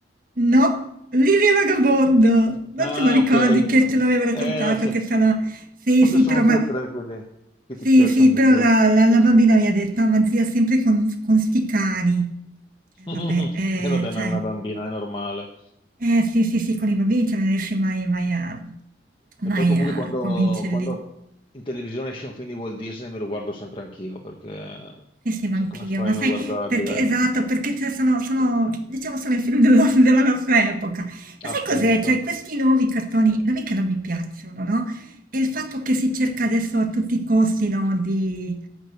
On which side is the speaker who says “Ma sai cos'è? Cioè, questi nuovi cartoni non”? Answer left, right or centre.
Right